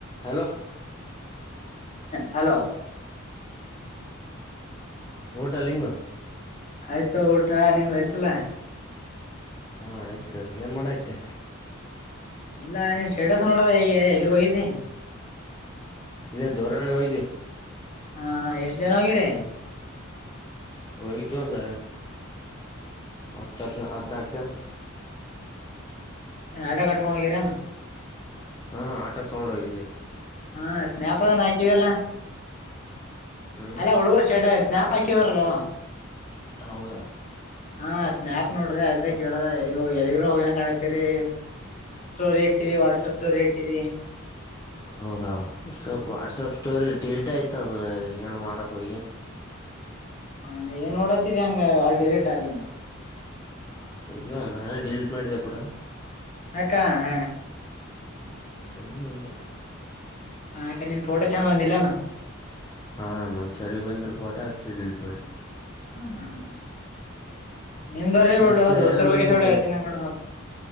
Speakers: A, on the left; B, on the left.
A: hello
B: hello
A: ಊಟಲಿಿಂಗ
B: ಆಯ್ತು ಊಟ ನಿಮ್ದ ಆಯ್ತಲ್ಲ
A: ಹಾ ಆಯ್ತು ಏನ್ ಮಾಡೈ್ತೆ
B: ಇಲ್ಲ ನೀನ್ ಶೇಡಸ್ ನೋಡಿದೆ ಈಗೆ ಎಲ್ಲಿ ಹೋಗಿದ್ದಿ
A: ಎ ಧೋರಣರಣ ಕಾಯತಿ
B: ಹಾ ಹಾ ಎಷ್ಟ್ ಜನ ಆಗಿರಿ
A: ಹ ತ ಹಂದ ಹತ್ತ ಹದನ ಹದ್ನಾಾಕು ಜನ
B: ಆಐಡಾ ಕಟ್ಕೊಂಡು ಹೋಗಿರಾನ
A: ಹಾ ಆಟ ತಗೊಂಡೋಗದೆ
B: ಹಾ ಸ್ನಾಪ ಅ ಹಾಕಿದೆಲ್ಲ
A: ಹ್ಮ್
B: ಅಲ್ಲ ಹುಡುಗರು ವರ್ಷ ಸ್ನಾಪ ಹಾಕ ತರಲೋ
A: ಹೌದಾ
B: ಹಾ ಸ್ನಾಯಪ್ ನೋಡ್ದ ಅದ ಕೇಳದ ಎರಿಗ ಎಲ್ಲಿಗ್ರರು ಹೋಗಿನ ಕಾಣಿಸ್ತರಿ ರೇಟ್ ಇದೆ ವಾಟ್ಸಪ್ ಟೋರಿ ಇಟಿದಿ
A: ಹೌದಾ ವಾಟ್ಸಪ್ ಸ್ಟೋರಿ ಡೀಲ್ಟ್ ಆಯ್ತು ಇರ್ತದ ಏನೋ ಮಾಡಕ್ ಹೋಗಿ
B: ಹ ಏನ್ ನೋಡತಿದಿ ಹಂಗ ಡಿರೆಕ್ಟ್ ಆಗಂಗ
A: ಇಲ್ಲ ನಾನೇ ಡಿಲೀಟ್ ಮಾಡಿದ್ದೆ ಪೂಡ
B: ಹಕ್ಕಾ ಹ
A: ಹ ಸುಮ್ಮಾಂಗ
B: ಹಕ ನೀನ್ ಫೋಟೋ ಚೆಂದ ಬಂದಿಲ್ಲಾನು
A: ಹಾ ನಮ್ ಸರಿ ಬಂದಿಲ್ಲ ಫೋಟೋ ಹಾದಿಕೆ ಡಿಲೀಟ್ ಮಾಡೆ
B: ಹ್ಮ್ ಹ್ಮ ಹ್ಮ್ ನಿನ್ ಬರ ಹೇಬಳ್ಳ
A: ಮತ್ತೆ
B: ಅ ದ
A: ಏನ್
B: ಬಗ್ಗೆ
A: ಲಿಂಗು
B: ದೋಸ್ತರ ಬಗ್ಗೆ ಯೋಚನೆ ಮಾಡುಬೇಕ್